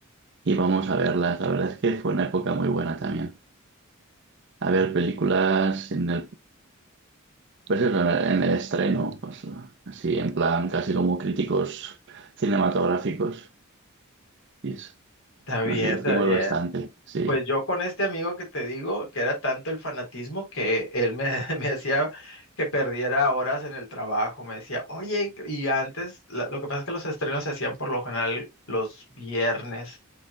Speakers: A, on the right; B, on the left.
A: y vamos a verlas. La verdad es que fue una época muy buena también. a ver
B: Sí.
A: películas en el, pues eso, en el, en el estreno, pues así en plan casi como críticos cinematográficos. Y es-
B: Está bien,
A: nos divertimos
B: está bien.
A: bastante, sí.
B: Pues yo con este amigo que te digo, que era tanto el fanatismo que él me, <laughs> me hacía que perdiera horas en el trabajo. Me decía, oye, y antes, la- lo que pasa es que los estrenos se hacían por lo general los viernes,